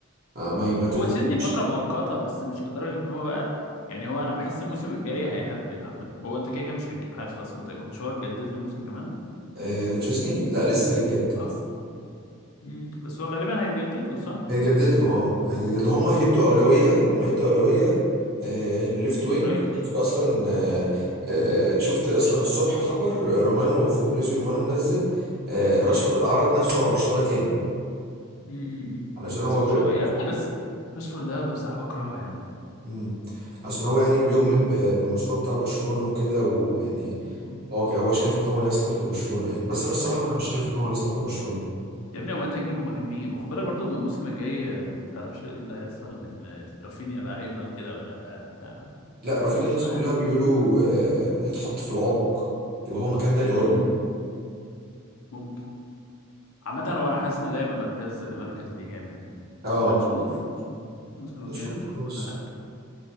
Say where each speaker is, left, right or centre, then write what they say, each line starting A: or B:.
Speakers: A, on the right (about 50°); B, on the left (about 80°).
A: آه، ما ما تنفعش
B: هو تشيزني فتره مؤقته بس مش لدرجه ان هو بقى يعني هو انا بحس الموسم الجاي هيهبل عامه هو انت كده كده مش هتجيب حارس خلاص انت مش هو هتجدد له موسم كمان
A: آه تشيزني لا لسه هيتجدد
B: صح مم. بس هو غالبا هيتجدد له صح
A: هيتجدد له اه هيتجدد له هم هيدوا أولوية هم هيدوا أولوية آه لليفت وينج
B: رايكر
A: شفت أصلا آه آه شفت أصلا الصبح خبر آه، رومانو فابريزي رومانو منزل آه راشفورد
B: مم.
A: عرض نفسه على برشلونة تاني
B: مم. مم.
A: علشان
B: بس
A: هو
B: برشلونه
A: بي...
B: يا ابني بس راشفورد ده بصراحه بكرهه يعني
A: مم. عشان هو يعني بيؤمن ب... بالمشروع بتاع برشلونة وكده ويعني
B: مم.
A: هو ك- هو شايف ان هو يصلح لبرشلونة يعني بس انا الصراحة
B: يا ابني
A: انا مش
B: هو
A: شايف ان هو يصلح لبرشلونة
B: يا ابني هو انت هتجيبه مكان مين وخد بالك برضه من الموسم الجاي آه، ما تعرفش ايه اللي هيحصل من آه، رافينيا بقى هيفضل كده ولا لا بتاع. ما
A: لا رافينيا
B: تعرفش
A: الناس
B: بقى
A: كلها
B: يعني
A: بيقولوا آه، هيتحط في العمق يبقى هو مكان داني اولمو
B: مم. ممكن عامة هو انا حاسس ان ده هيبقى مركز مركز ليه جامد يعني
A: اه
B: هنشوف هنشوف الموسم
A: نشوف
B: الجاي هنشوف
A: خلاص
B: كل حاجة